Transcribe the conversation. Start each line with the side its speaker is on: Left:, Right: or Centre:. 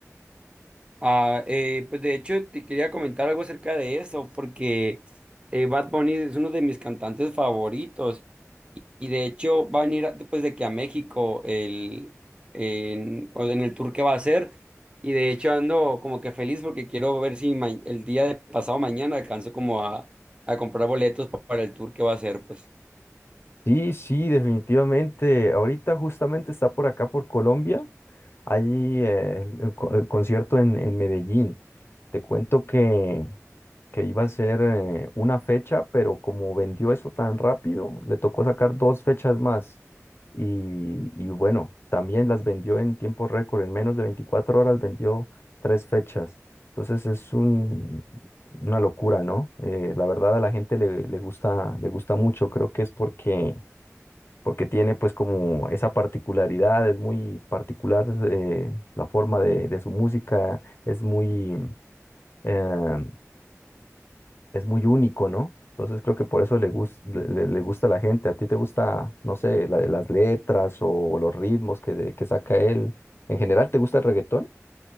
Right: Ah, eh, pues de hecho te quería comentar algo acerca de eso, porque eh, Bad Bunny es uno de mis cantantes favoritos y de hecho va a venir después de que a México el, en, o en el tour que va a hacer y de hecho ando como que feliz porque quiero ver si ma- el día de pasado mañana alcanzo como a, a comprar boletos pa- para el tour que va a hacer, pues.
Left: Sí, sí, definitivamente. Ahorita justamente está por acá, por Colombia. Allí eh, el, co- el concierto en, en Medellín. Te cuento que, que iba a ser eh, una fecha, pero como vendió eso tan rápido, le tocó sacar dos fechas más. Y, y bueno, también las vendió en tiempo récord. En menos de 24 horas vendió tres fechas. Entonces es un, una locura, ¿no? Eh, la verdad a la gente le, le gusta, le gusta mucho. Creo que es porque porque tiene pues como esa particularidad, es muy particular eh, la forma de, de su música, es muy, eh, es muy único, ¿no? Entonces creo que por eso le, gus- le, le- le gusta a la gente. ¿A ti te gusta, no sé, la- las letras o los ritmos que, de- que saca él? ¿En general te gusta el reggaetón?